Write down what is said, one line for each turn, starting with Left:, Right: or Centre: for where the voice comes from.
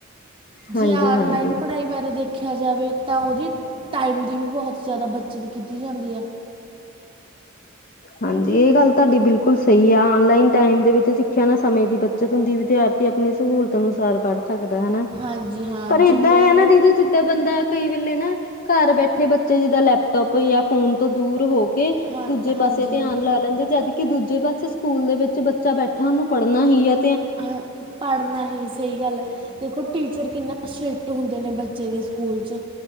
Left: ਹਾਂਜੀ
Right: ਯਾ ਔਨਲਾਈਨ
Left: ਹਾਂਜੀ
Right: ਪੜ੍ਹਾਈ ਬਾਰੇ ਦੇਖ ਦੇਖਆ ਜਾਵੇ ਤਾਂ, ਉਹਦੀ ਟਾਈਮ ਦੀ ਵੀ ਬਹੁਤ ਜ਼ਿਆਦਾ ਬੱਚਤ ਕੀਤੀ ਜਾਂਦੀ ਆ।
Left: ਹਾਂਜੀ, ਇਹ ਗੱਲ ਤੁਹਾਡੀ ਬਿਲਕੁਲ ਸਹੀ ਆ ਓਨਲਾਈਨ ਟਾਈਮ ਦੇ ਵਿੱਚ ਸਿੱਖਿਆ ਨਾ ਮੇਰੀ ਬੱਚਤ ਹੁੰਦੀ, ਵਿਦਿਆਰਥੀ ਆਪਣੀ ਸਹੂਲਤ ਅਨੁਸਾਰ ਪੜ੍ਹਦੇ ਸਕਦਾ ਹੈਨਾ,
Right: ਹਾਂਜੀ ਹਾਂ
Left: ਪਰ
Right: ਜਿੰਨੇ
Left: ਏਦਾਂ ਹੈ
Right: ਹੁਣ
Left: ਨਾ ਦੀਦੀ ਜਿੱਦਾਂ ਬੰਦਾ ਕਈ ਵੇਲੇ ਨਾ ਘਰ ਬੈਠੇ ਬੱਚੇ ਜਿੱਦਾਂ ਲੈਪਟੋਪ ਜਾਂ ਫੋਨ ਤੋਂ ਦੂਰ ਹੋ ਕੇ
Right: ਹਾਂ
Left: ਦੂਜੇ
Right: ਹਾਂਜੀ
Left: ਪਾਸੇ ਧਿਆਨ
Right: ਹਾਂ
Left: ਲਾ ਲੈਂਦੇ, ਜਦਕਿ ਦੂਜੇ ਪਾਸੇ ਸਕੂਲ ਦੇ ਵਿੱਚ ਬੇ ਬੱਚਾ ਬੈਠਾ ਉਹਨੂੰ ਪੜ੍ਹਨਾ ਹੀ ਐ
Right: ਹ ਪੜ੍ਹਨਾ ਹੀ ਸਹੀ ਗੱਲ ਆ ਦੇਖੋ, ਟੀਚਰ ਕਿੰਨਾ ਸ਼੍ਰਿਸ਼ਟ ਹੁੰਦੇ ਨੇ ਬੱਚੇ ਦੇ ਸਕੂਲ 'ਚ